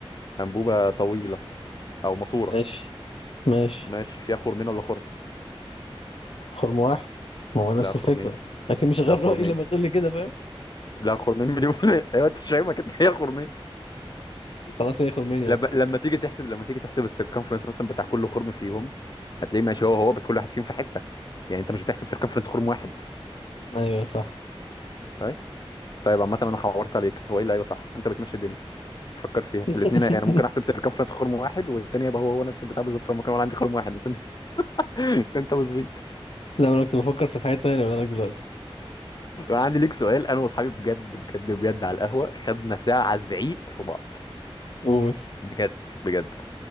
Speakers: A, on the left; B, on the left.
A: انبوبه طويله او ماسوره
B: ماشي ماشي
A: ماشي فيها خرمين ولا خرم
B: خرم واحد ما هو نفس
A: لا خرمين
B: الفكرة لكن مش غير
A: لا خرمين
B: رأيي لما تقول لي كده فاهم
A: لا خرمين مليون في المية ايوه انت مش فاهمك انت هي خرمين
B: خلاص هي خرمين يعني
A: لب... لما تيجي تحسب لما تيجي تحسب السيركمفرنس مثلا بتاع كل خرم فيهم هتلاقيه ماشي هو هو بس كل واحد فيهم في حته يعني انت مش بتحسب سيركمفرنس خرم واحد
B: ايوه صح
A: طيب طيب عامه انا حورت عليك هو ايه اللي ايوه صح انت بتمشي الدنيا فكر فيها
B: <laughs>
A: الاثنين انا ممكن احسب سيركمفرنس خرم واحد والتاني يبقى هو هو نفس البتاع بالظبط هو ممكن اقول عندي خرم واحد بس انت <laughs> بس انت بتزيط
B: لا انا كنت بفكر في الحاجات التانية اللي بقولها لك دلوقتي
A: طب انا عندي ليك سؤال انا واصحابي بجد بجد بجد على القهوه خدنا ساعه زعيق في بعض
B: قول
A: بجد بجد